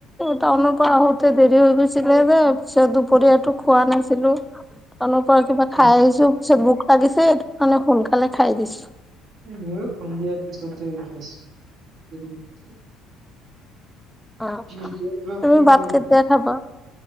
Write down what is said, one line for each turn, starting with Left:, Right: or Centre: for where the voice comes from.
Centre: টাউনৰ পৰা আহোতে দেৰি হৈ গৈছিলে যে পিছত দুপৰীয়াাতো খোৱা নাছিল। ছিলো তনৰ পৰা কিবা
Right: উম,
Centre: খাই আহিছো পিছত বু লাগিছে এইটো কাৰণে সোনকালে খাই দিছো।
Right: ময়ো সন্ধিয়াৰ পিছততে খাইছো।
Centre: অ'
Right: জিঅ'গ্ৰাফিৰ
Centre: তুমি ভাত কেতিয়া খাবা?